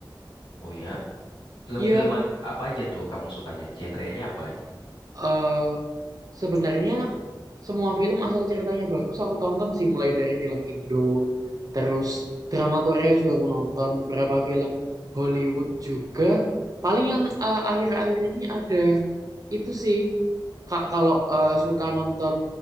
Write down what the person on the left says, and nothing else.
Oh ya? Film-film
a- apa aja tuh kamu sukanya? Genrenya apa aja?